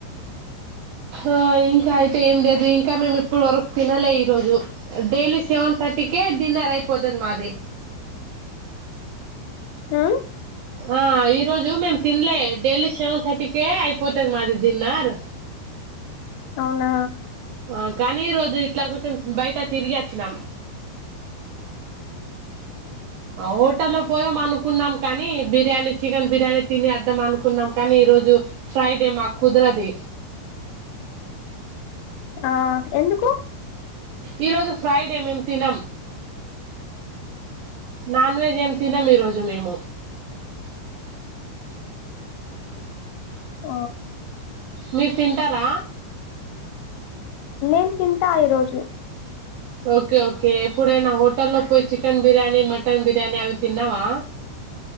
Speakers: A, on the right; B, on the left.
A: ఆ ఇంకా అయితే ఏం లేదు ఇంకా మేము ఇప్పుడు వరకు తినలే ఈరోజు డైలీ సెవెన్ థర్టీకే డిన్నర్ అయిపోతుంది మాది
B: ఆ
A: ఆ ఈ రోజు మేము తినలే డైలీ సెవెన్ థర్టీ కే అయిపోతుంది మాది డిన్నర్
B: అవునా
A: ఆ కానీ ఈరోజు ఇట్లా కొంచెం బయట తిరిగేత్తున్నం హోటల్లో పోయాం అనుకున్నాం కానీ బిర్యానీ చికెన్ బిర్యానీ తిని వద్దాం అనుకున్నాం కానీ ఈరోజు ఫ్రైడే మాకు కుదరదు
B: ఆ ఎందుకు
A: ఈరోజు ఫ్రైడే మేము తినం నాన్ వెెజ్ ఏమి తినం ఈరోజు మేము
B: ఆ
A: మీరు తింటార
B: <inaudible> తింటా ఈరోజు
A: ఓకే ఓకే ఎప్పుడైనా హోటల్లో పోయి చికెన్ బిర్యానీ మటన్ బిర్యానీ అవి తిన్నావా